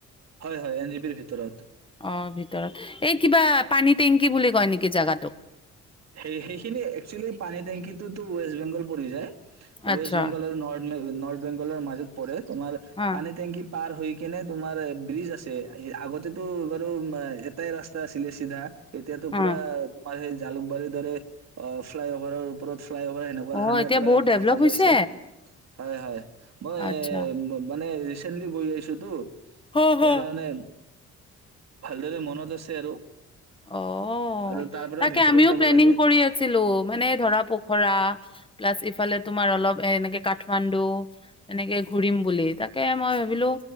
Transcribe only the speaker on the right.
হয় হয় এন জি পিৰ ভিতৰত
সেই-সেইখিনি, একচুৱেলি পানী টেংকীটোতো ৱেষ্ট বেংগল পৰি যায়। ৱেষ্ট
বেংগল আৰু নৰ্ নৰ্থ বেংগলৰ মাজত পৰে তোমাৰ
পানী টেংকি পাৰ হৈ কিনে তোমাৰ ব্ৰিজ আছে। আগতেতো বাৰু এটাই ৰাস্তা আছিলে, চিধা এতিয়াতো
পুৰা, তোমাৰ সেই জালুক বাৰীৰ দৰে। আ, ফ্লাই অভাৰৰ ওপৰত ফ্লাই অভাৰ এনেকুৱা
ধৰণে
পুৰা
সজাইছে
হয়, হয়। মই এই,
মানে, ৰিচেণ্টলী গৈ আহিছোঁ তো,
সেইকাৰণে
ভালদৰে মনত আছে আৰু
আৰু তাৰ পৰা
ভিতৰত
যাব
লাগে